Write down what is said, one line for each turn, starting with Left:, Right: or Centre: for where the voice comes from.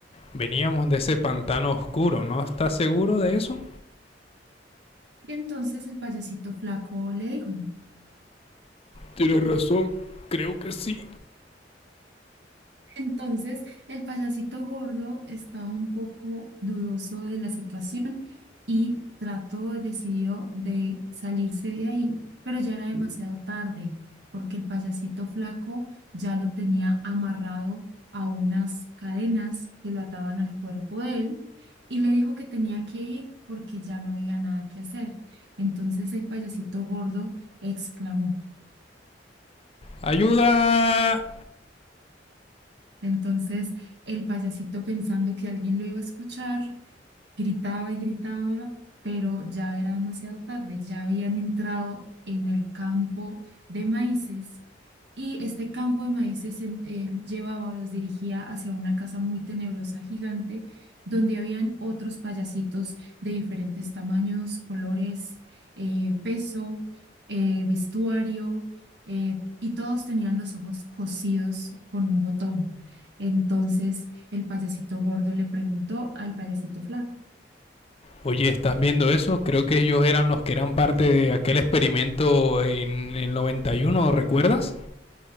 Left: veníamos de ese pantano oscuro, ¿no estás seguro de eso?
Right: Y entonces el payasito flaco le dijo.
Left: Tienes razón, creo que sí.
Right: Entonces, el payasito gordo estaba un poco dudoso de la situación y trató y decidió de salirse de ahí, pero ya era demasiado tarde, porque el payasito flaco ya lo tenía amarrado a unas cadenas que lo ataban al cuerpo de él y le dijo que tenía que ir porque ya no había nada que hacer. Entonces, el payasito gordo exclamó.
Left: ¡Ayuda!
Right: Entonces, el payasito pensando que alguien lo iba a escuchar, Gritaba y gritaba, pero ya era demasiado tarde, ya habían entrado en el campo de maíces y este campo de maíces en- él llevaba o los dirigía hacia una casa muy tenebrosa, gigante, donde habían otros payasitos de diferentes tamaños, colores, eh, peso, eh, vestuario, eh, y todos tenían los ojos cosidos con un botón. Entonces, el payasito gordo le preguntó al payasito flaco.
Left: Oye, ¿estás viendo eso? Creo que ellos eran los que eran parte de aquel experimento en el 91, ¿recuerdas?